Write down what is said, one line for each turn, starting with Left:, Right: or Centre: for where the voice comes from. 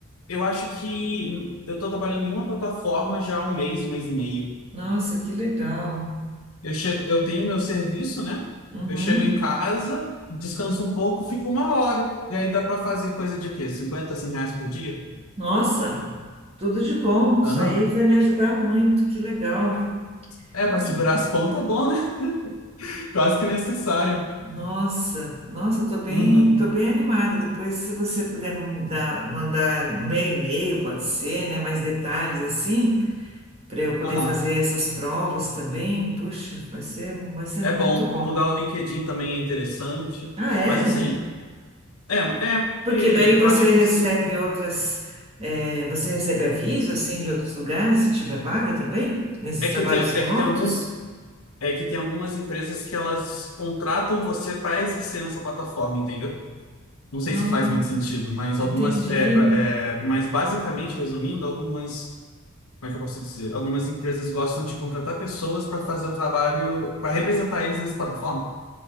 Left: eu acho que eu estou trabalhando em uma plataforma já há um mês, um mês e meio.
Right: Nossa, que legal.
Left: Eu chego, eu tenho meu serviço, né?
Right: Uhum.
Left: Eu chego em casa, descanso um pouco, fico uma hora. E aí dá pra fazer coisa de quê? cinquenta 100 reais por dia?
Right: Nossa, tudo de bom. Isso
Left: Aham.
Right: aí vai me ajudar muito, que legal.
Left: É, pra
Right: E,
Left: segurar as pontas é bom, né? <laughs> Quase que necessário.
Right: nossa, nossa, eu tô bem,
Left: Uhum.
Right: tô bem animada. Depois, se você puder mandar, mandar no meu e-mail, pode ser, né, mais detalhes assim. para eu poder
Left: Aham.
Right: fazer essas provas também. Puxa, vai ser, vai ser
Left: É
Right: muito
Left: bom.
Right: bom.
Left: Mudar o LinkedIn também é interessante.
Right: Ah, é?
Left: Mas assim, é, é porque
Right: Porque daí você
Left: eu acho que
Right: recebe
Left: se,
Right: outras, eh, você recebe aviso assim de outros lugares se tiver vaga também nesses
Left: é
Right: trabalhos
Left: que tem,
Right: remotos?
Left: é que tem algum, é que tem algumas empresas que elas contratam você para exercer nessa plataforma, entendeu? Não sei
Right: Não,
Left: se faz muito sentido, mas
Right: entendi.
Left: algumas. É, pra- é, mas basicamente, resumindo, algumas. Como é que eu posso dizer? Algumas empresas gostam de contratar pessoas para fazer o trabalho, para representar eles nessa plataforma.